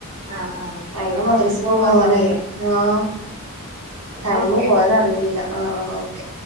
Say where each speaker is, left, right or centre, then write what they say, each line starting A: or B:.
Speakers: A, on the right (about 25°); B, on the right (about 85°).
A: ആഹ് ആഹ്
B: അയിന്
A: ആഹ്
B: മദ്രസക്ക്
A: ഓക്ക് പോവാണ്ടാവൂലേ
B: പോവാനായി ആഹ്
A: എന്നാ
B: ടൈമ്
A: ഓക്കെ
B: പോയതറിഞ്ഞില്ല, ആഹ് ആഹ് ഓക്കേ